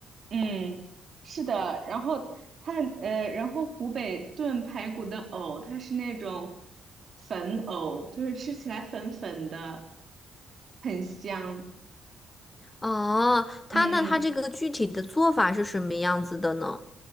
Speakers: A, on the right; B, on the left.
A: 嗯，是的，然后它呃，然后湖北炖排骨的藕，它是那种粉藕，就是吃起来粉粉的，很香。
B: 哦，他那他这个具体的做法是什么样子的呢？
A: 嗯，